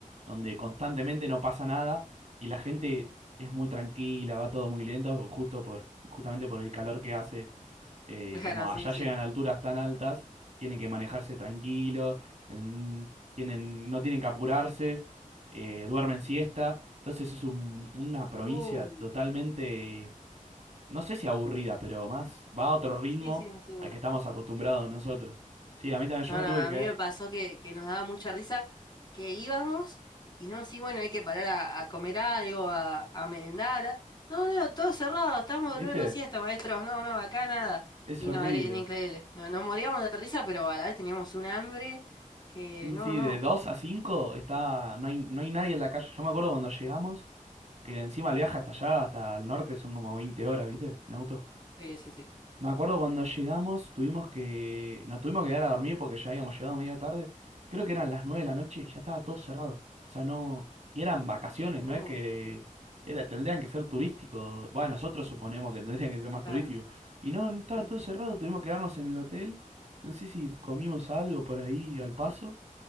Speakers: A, on the right (about 55°); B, on the left (about 30°).
A: donde constantemente no pasa nada y la gente es muy tranquila, va todo muy lento, justo por, justamente por el calor que hace eh,
B: Claro,
A: como
B: sí,
A: allá
B: sí.
A: llegan a alturas tan altas, tienen que manejarse tranquilos, en- tienen, no tienen que apurarse, eh, duermen siesta. Entonces es un- una provincia
B: Uh,
A: totalmente, no sé si aburrida, pero más va a otro ritmo
B: sí, sí, sí.
A: al que estamos acostumbrados nosotros. Sí, a mí también yo
B: No,
A: me
B: no,
A: tuve
B: a
A: que quedar,
B: mí me pasó que, que nos daba mucha risa que íbamos y no, sí, bueno, hay que parar a, a comer algo, a, a merendar. a- No, no, todo cerrado, estamos
A: ¿viste?
B: durmiendo siesta, maestros, no, no, acá nada.
A: Es
B: Y
A: horrible.
B: no, era, era increíble. No, nos moríamos de risa, pero a la vez teníamos un hambre que,
A: Sí,
B: no,
A: sí,
B: no.
A: de dos a cinco está, no hay, no hay nadie en la calle. Yo me acuerdo cuando llegamos, que encima el viaje hasta allá, hasta el norte, son como 20 horas, ¿viste? En auto.
B: Sí, sí, sí.
A: Me acuerdo cuando llegamos, tuvimos que, nos tuvimos que quedar a dormir porque ya habíamos llegado media tarde. Creo que eran las 9 de la noche y ya estaba todo cerrado. O sea, no, y eran vacaciones,
B: No,
A: no es que
B: sí,
A: era, tendrían que ser turísticos. Bueno, nosotros suponemos que tendrían que ser más
B: claro,
A: turísticos. Y no, no, estaba
B: sí.
A: todo cerrado, tuvimos que quedarnos en el hotel. No sé si comimos algo por ahí al paso.